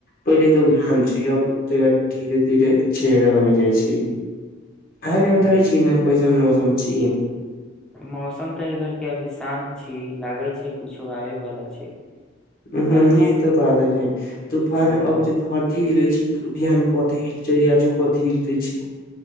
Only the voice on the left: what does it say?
पहिले तऽ ओ घाम छै अब तैका धीरे धीरे छहिरा हो जाइ छै
अहाँके बताबै छी ना कइसन मौसम छी
हं
ई त बात छै तूफान
अभी जे ध ली कथी हिलय छै बिहान कथी हिलतै आजू कथी हिलतै छै